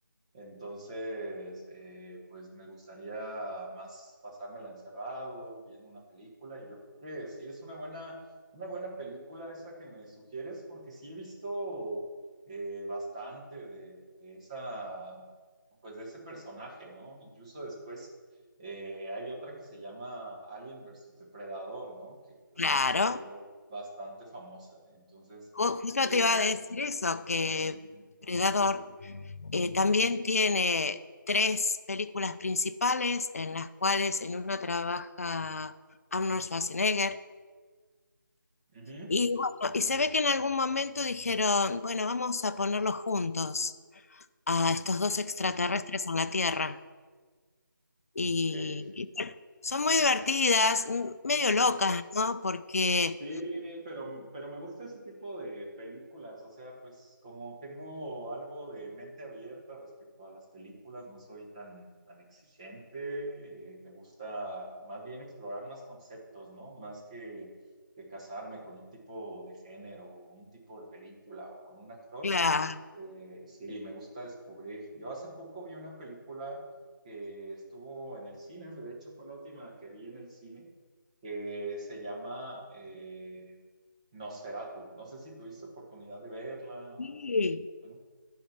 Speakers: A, on the right; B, on the left.
A: Entonces, eh, pues me gustaría más pasármela encerrado, viendo una película, y yo creo que sí es una buena, una buena película esa que me sugieres, porque sí he visto eh, bastante de, de esa, pues de ese personaje, ¿no? Incluso después eh, hay otra que se llama Alien versus Depredador, ¿no? Que también
B: Claro,
A: se volvió bastante famosa. Entonces,
B: Ju- justo
A: eh,
B: te iba a decir eso, que
A: ujú,
B: Predador eh, también tiene tres películas principales en las cuales en una trabaja Arnold Schwarzenegger.
A: ujú.
B: Y bueno, y se ve que en algún momento dijeron, bueno, vamos a ponerlos juntos a estos dos extraterrestres
A: Ah, Ok,
B: en la Tierra. Y,
A: ok.
B: Son muy divertidas, m- medio
A: <laughs>
B: locas, ¿no? Porque
A: Sí, pero, pero me gusta ese tipo de películas, o sea, pues como tengo algo de mente abierta respecto a las películas, no soy tan, tan exigente, eh, me gusta más bien explorar más conceptos, ¿no? Más que, que casarme con un tipo de género o un tipo de película o con un actor,
B: la
A: eh, sí, me gusta descubrir. Yo hace poco vi una película que estuvo en el cine, de hecho fue la última que vi en el cine que se llama eh, Nosferatu. No sé si tuviste oportunidad de verla
B: sí,
A: o... Bueno,